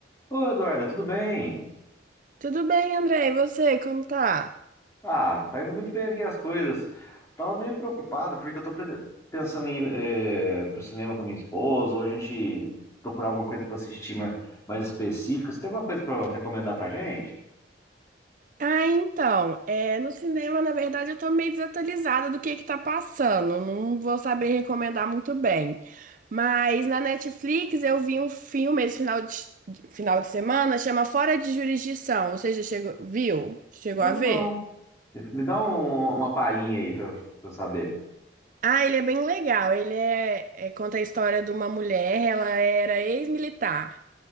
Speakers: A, on the left; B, on the right.
A: Ô, Eduarda, tudo bem?
B: Tudo bem, André? E você, como tá?
A: Ah, tá indo muito bem aqui as coisas. Tava meio preocupado porque eu tô pre- pensando em ir eh, pro cinema com a minha esposa, ou a gente procurar alguma coisa pra assistir ma- mais específica. Você tem alguma coisa pra recomendar pra gente?
B: Ah, então, é, no cinema, na verdade, eu tô meio desatualizada do que que tá passando. Não vou saber recomendar muito bem. Mas na Netflix eu vi um filme esse final de, final de semana, chama Fora de Jurisdição. Você já chegou, viu? Chegou
A: Não,
B: a ver?
A: não. Me dá um- uma palhinha aí pra eu pra eu saber.
B: Ah, ele é bem legal. Ele é, é- conta a história de uma mulher, ela era ex-militar.